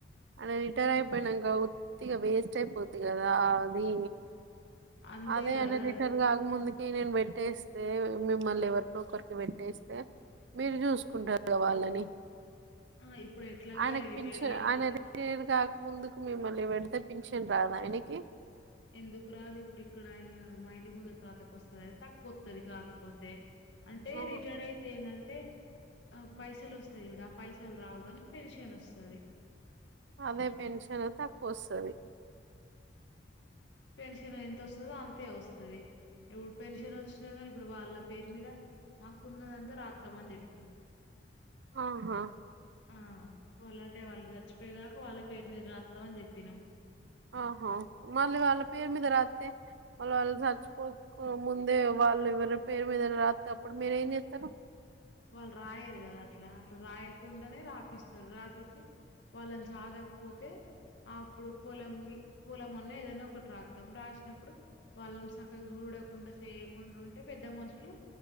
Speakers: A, on the right; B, on the left.
A: అంటే రిటైర్ ఆయిపోయినాంగా ఇక వేస్ట్ అయిపోద్ది కదా అది
B: అంతే
A: అదే
B: కదా
A: అన రిటైర్ గాక ముందు నేను పెట్టేస్తే మిమ్మల్ని ఎవరిన ఒకరికి పెట్టేస్తే మీరు చూసుకుంటారుగా వాళ్ళని
B: ఆ ఇప్పుడు ఎట్లాగూ
A: ఆయనకు
B: రిటైర్డ్
A: పింఛన్
B: అయిన
A: ఆయన రిటైర్ కాక ముందుకు మిమ్మల్ని పెడితే పింఛన్ రాదా ఆయనకి
B: ఎందుకు రాదు ఇప్పుడు ఇక్కడ ఆయన మా ఇంటి ముందు తాతకు వస్తుందిని తక్కువ వతుది కాకపోతే అంటే
A: ఆహా,
B: రిటైర్డ్ అయితే ఏందంటే ఆ పైసలు వస్తా వ ఆ పైసలు రావు అని పెన్షన్ వస్తుంది
A: అదే పెన్షన్ తక్కువ వస్తది
B: పెన్షన్ ఎంత వస్తదో అంతే వస్తది ఇప్పుడు పెన్షన్ వచ్చినా కాని ఇప్పుడు వాళ్ళ పేరు మీద మాకున్నదంతా రాద్దాం అని చెప్పినా
A: ఆహా
B: ఆ వాళ్ళ అంటే వాళ్ళుద మర్చిపోదాక వాళ్ళ పేరు మీద రాద్దాం అని చెప్పినాం
A: ఆఓహ మళ్లీ వాళ్ల పేరు మీద రాతే వాళ్ళ వాళ్ళు చచ్చుకోక ముందే వాళ్ళు ఎవరి పేరు మీద రాతే అప్పుడు మీరేం చేత్తారు
B: వాళ్ళు రాయరు కదా అట్లా అట్లా రాయకుండానే రాపిస్తారు రాపితే వాళ్ళని చదకపోతే అప్పుడు పొలము పూలమన్న ఏదైనా ఒకటి రాతాం రాసినప్పుడు వాళ్ళని చక్కగా చూడకుండా చేయకుండా ఉంటే పెద్ద మనుషులు